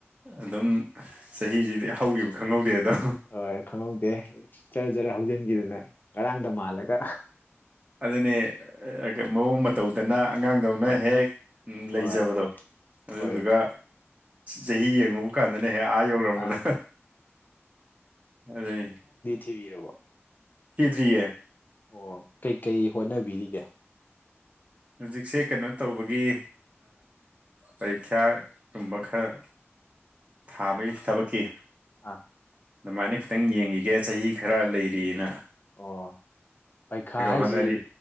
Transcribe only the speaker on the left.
ꯍꯣꯏ ꯈꯪꯍꯧꯗꯦ ꯆꯔ ꯆꯠꯔ ꯍꯧꯖꯤꯟꯈꯤꯗꯨꯅꯦ ꯉꯔꯥꯡꯗ ꯃꯥꯜꯂꯒ
ꯍꯣꯏ
ꯍꯣꯏ
ꯍꯣꯏ
ꯑꯥ
ꯊꯤꯕꯤꯔꯕ
ꯑꯣ ꯀꯩꯀꯩ ꯍꯣꯠꯅꯕꯤꯔꯤꯒꯦ
ꯑꯥ
ꯑꯥ
ꯑꯣ ꯄꯩꯈꯥ ꯍꯥꯏꯁꯤ